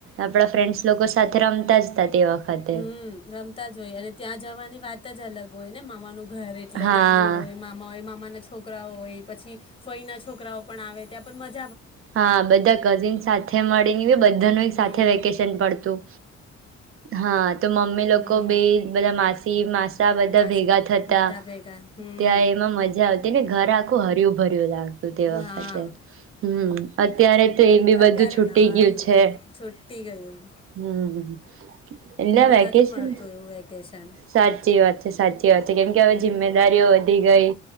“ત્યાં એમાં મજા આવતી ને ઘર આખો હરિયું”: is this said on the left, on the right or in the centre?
Right